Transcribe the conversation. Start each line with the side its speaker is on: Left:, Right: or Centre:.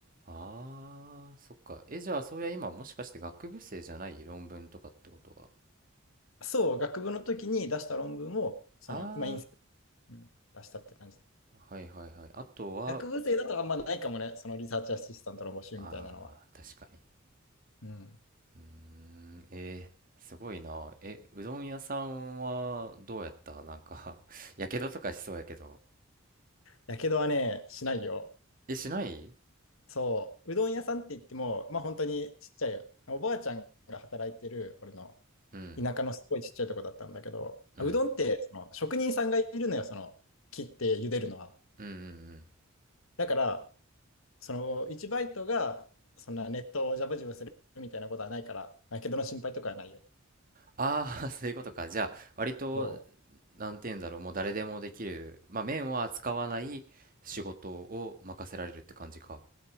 Right: ああ、そっか。え、じゃあ、そういや今、もしかして学部生じゃない論文とかってことは。
Left: そう、学部の時に出した論文を、その、
Right: あ
Left: 今、インス、うん、出したって感じだ。
Right: あ、はいはいはい。あとは、
Left: 学部生だとあんまないかもね、そのリサーチアシスタントの募集みたいなのは。
Right: あー確かに。
Left: うん。
Right: うーん、えー、すごいな。え、うどん屋さんはどうやったなんか <laughs> やけどとかしそうやけど。
Left: やけどはね、しないよ。
Right: え、しない
Left: そう、うどん屋さんって言っても、まあ本当にちっちゃいよ。おばあちゃんが働いてる、俺の
Right: うん、
Left: 田舎のすごいちっちゃいとこだったんだけど、
Right: うん、
Left: あうどんってその職人さんがいるのよ、その切って茹でるのは。
Right: うん、うん、うん。
Left: だから、その1バイトがそんなネットをジャブジャブするみたいなことはないから、やけどの心配とかはないよ。
Right: ああ、<laughs> そういうことか。じゃあ、割と、
Left: そう
Right: なんて言うんだろう、もう誰でもできる、まあ、麺は使わない仕事を任せられるって感じか。